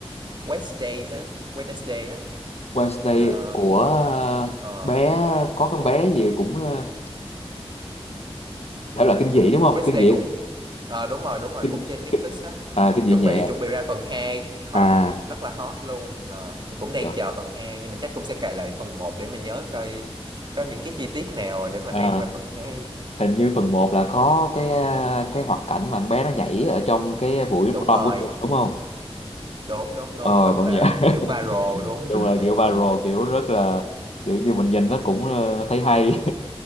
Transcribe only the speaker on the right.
Wednesdays á Wednesday á
Ờ,
ờ,
Ừm,
Wednesday
cũng ờ, đúng rồi đúng rồi
cũng trên Netflix
á
chuẩn
bị chuẩn bị ra phần hai hot
rất là hot luôn Ờ, thì cũng đang
chờ phần hai nhưng mà chắc cũng sẽ cài lại phần một để mà nhớ coi có những cái chi tiết nào để mà
đem qua phần hai,
đúng
rồi
đúng đúng đúng
rất
là
kiểu viral luôn
<laughs>